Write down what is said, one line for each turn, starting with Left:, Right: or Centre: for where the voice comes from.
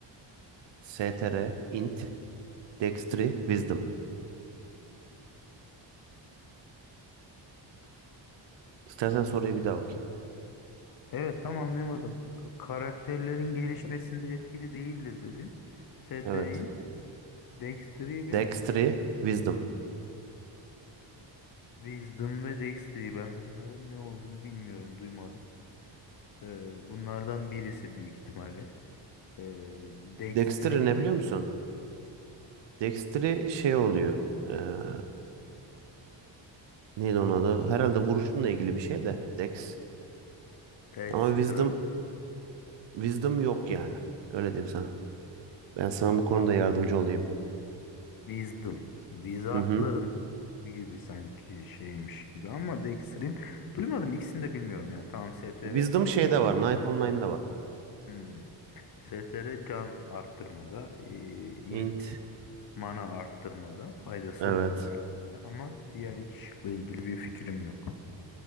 Right: STR, Int, Dextry, Wisdom. İstersen soruyu bir daha okuyayım.
Left: Evet tam anlayamadım. Karakterlerin gelişmesinde etkili değildir dedin. Setterint,
Right: Evet.
Left: Dexter'i ve
Right: Dextry, Wisdom.
Left: Wisdom ve Dexter'i. Ben bunların ne olduğunu bilmiyorum, duymadım. Ee, bunlardan birisi büyük ihtimalle. Ee, Dexter'i,
Right: Dextry ne biliyor musun? Dexter'i şey oluyor. Eee neydi onun adı? Herhalde vuruşunla ilgili bir şey de Dex.
Left: Dexter,
Right: Ama Wisdom Wisdom yok yani. Öyle diyeyim sana. Ben sana bu konuda
Left: Aa,
Right: yardımcı olayım.
Left: Wisdom. Wizardların
Right: Hı hı.
Left: gibi sanki şeymiş gibi ama Dexter'in duymadım ikisini de bilmiyorum yani tamam STR
Right: Wisdom şeyde var. Knight Online'da var.
Left: Hmm. STR can arttırmada, e,
Right: Int.
Left: int mana arttırmada faydası
Right: Evet.
Left: oluyor karaktere ama diğer iki şıkla ilgili bir fikrim yok.